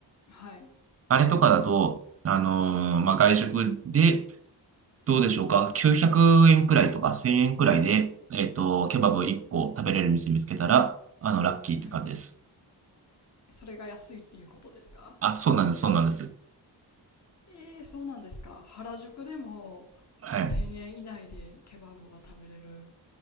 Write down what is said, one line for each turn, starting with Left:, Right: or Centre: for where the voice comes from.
Left: はい。
Right: あれとかだと、あのーまあ、外食で、どうでしょうか。900円くえんくらいとか1000円くらいで、えっと、ケバブ1個食べれる店見つけたら、あの、ラッキーって感じです。
Left: はい。それが安いっていうことですか
Right: あ、そうなんです、そうなんです。
Left: ええ、そうなんですか。原宿でも
Right: はい。
Left: 1000円以内でケバブは食べれる